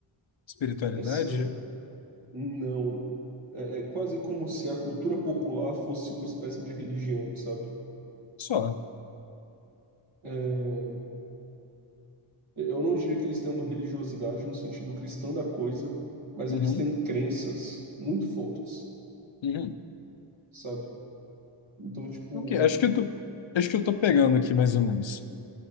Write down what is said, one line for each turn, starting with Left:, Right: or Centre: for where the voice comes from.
Left: Espiritualidade?
Right: essa, não. É, é quase como se a cultura popular fosse uma espécie de religião, sabe?
Left: Só.
Right: É, Eu não diria que eles têm uma religiosidade no sentido cristão da coisa, mas
Left: Uhum,
Right: eles têm crenças muito fortes,
Left: uhum.
Right: sabe? Então, tipo,
Left: Ok, acho que eu tô, acho que eu tô pegando aqui mais ou menos.